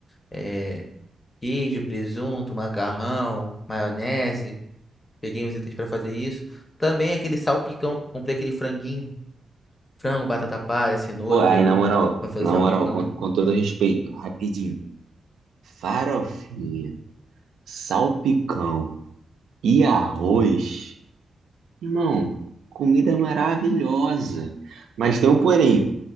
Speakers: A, on the left; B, on the right.
A: é, queijo, presunto, macarrão, maionese. Peguei uns itens para fazer isso. Também aquele salpicão, comprei aquele franguinho, frango, batata palha, cenoura,
B: Pô, aí
A: os legumes
B: na moral,
A: para fazer
B: na
A: salpicão.
B: moral, com, com todo respeito, rapidinho. Farofinha, salpicão e arroz. Irmão, comida maravilhosa. Mas tem um porém,